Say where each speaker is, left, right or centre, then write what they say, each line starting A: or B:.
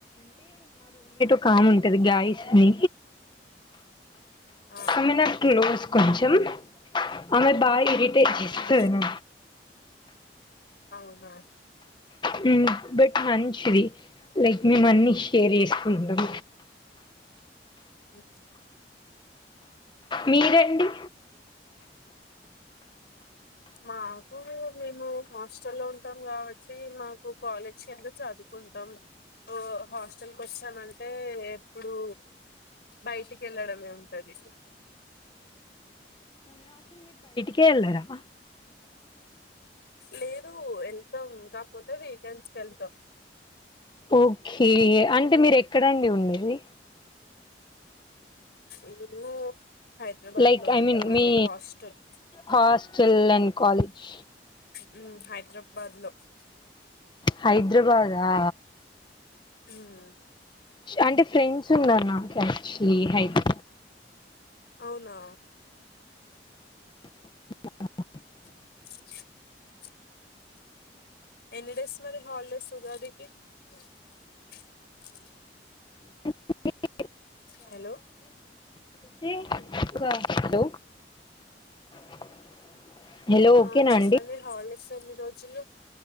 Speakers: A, on the left (about 25°); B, on the left (about 65°).
A: మే ఉంటది గాయస్ అని
B: ఆ
A: ఆమె నాకు క్లోస్ కొంచెం అమె బయి ఇర్రిటేట్
B: అవునా
A: చేస్తానా
B: అవునా
A: హ్మ్ బట్ మంచి ది లైక్ మేము అన్ని షేర్ చేసుకుంటాం
B: హ్మ్
A: మీరండి
B: మాకు మేము హాస్టల్ ఉంటాం కాబట్టి మాకు కాలేజ్ కింద చదువుకుంటాం ఓ హాస్టల్ కొచ్చామంటే ఎప్పుడు బయటికి వెళ్ళడమే ఉంటది
A: కెల్లరా
B: లేదు వెళ్తాం కాకపోతే వీకెండ్స్కి వెళ్తాం
A: ఓకే అంటే మీరు ఎక్కడండి ఉండేది
B: ఊరు హైదరాబాద్
A: లైక్
B: లో
A: ఐ
B: ఉంటామండి
A: మీన్ మీ
B: hostel
A: hostel and college
B: hmm Hyderabad లో <inaudible>
A: హైద్రాబాదా
B: హ్మ్మ్
A: షా అంటే ఫ్రెండ్స్ ఉన్నారు నాకు కచ్చి హైప్
B: అవునా
A: ఆ
B: <inaudible> ఎన్ని డేస్ మరి హాలిడేస్ ఉగాదికి <unintelligible>
A: <unintelligible>
B: హలో
A: ఇంక్లూడ్
B: ఎం
A: చేస్తే ఒక <inaudible> హలో
B: ఆ
A: ఓకేనా
B: చెప్పండి
A: అండి
B: హాలిడేస్ ఎన్ని రోజులు